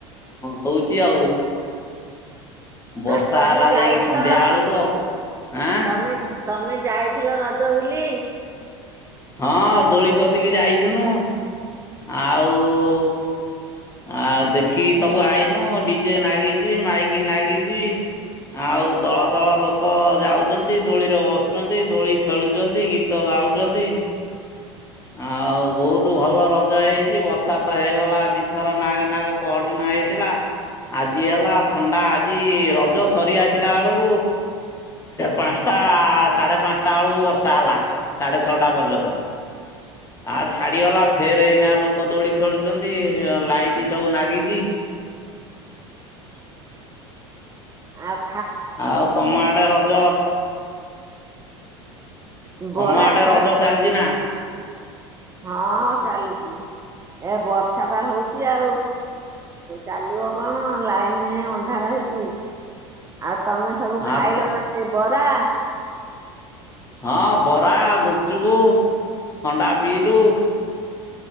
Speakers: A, on the left (about 20°); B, on the right (about 20°).
A: ହଉଛି ଆଉ। ବର୍ଷା
B: ଆ ତମେ
A: ହେଲା
B: ଯାଇଥିଲ
A: ଯାଇକି ସନ୍ଧ୍ୟା ବେଳକୁ ଆଉ ଆଁ।
B: ତମେ ତମେ ଯାଇଥିଲ ରଜ ବୁଲି।
A: ହଁ ଦୋଳି କତିକି ଯାଇଥିନୁ। ଆଉ ଆ ଦେଖିକି ସବୁ ଆଇନୁ ଡିଜେ ନାଗିଛି ମାଇକି ନାଗିଛି ଆଉ ଦଳ ଦଳ ଲୋକ ଯାଉଛନ୍ତି ଦୋଳିରେ ବସୁଛନ୍ତି ଦୋଳି ଖେଳୁଛନ୍ତି ଗୀତ ଗାଉଛନ୍ତି। ଆଉ ବହୁତ ଭଲ ରଜ ହେଇଛି ବର୍ଷା ତ ହେଇଗଲା ଦିଥର ନାଗ ନାଗ ପହର ଦିନ ହେଇଥିଲା ଆଜି ହେଲା ଥଣ୍ଡା ଆଜି ରଜ ସରି ଆସିଲା ବେଳକୁ ପାଞ୍ଚଟା ସାଢେ ପାଞ୍ଚଟା ବେଳକୁ ବର୍ଷା ହେଲା ସାଢେ ଛଅଟା ପର୍ଯ୍ୟନ୍ତ। ଆଉ ଛାଡିଗଲା ଫେର ଏଇନା ଲୋକ ଦୋଡି ଖେଳୁଛନ୍ତି ଲାଇଟ୍ ସବୁ ଲାଗିଛି। <inaudible>
B: ଆପ
A: ଆଉ ତମ ଆଡେ ରଜ
B: ବରା
A: ତମ ଆଡେ
B: ଖାଇ
A: ରଜ ଚାଲିଛି ନା।
B: ହଁ ଚାଲିଛି ଏ ବର୍ଷା ବା ହଉଛି ଆଉ ଚାଲିବ କଣ ଲାଇନ ନେଇ ଅନ୍ଧାର ରହିଛି ଆଉ ତମେ ସବୁ ଖାଇଲ
A: ଆ ତ
B: ନା ସେ ବରା। <inaudible>
A: ହଁ ବରା ଗୁପଚୁପୁ ଥଣ୍ଡା ପିଇଲୁ।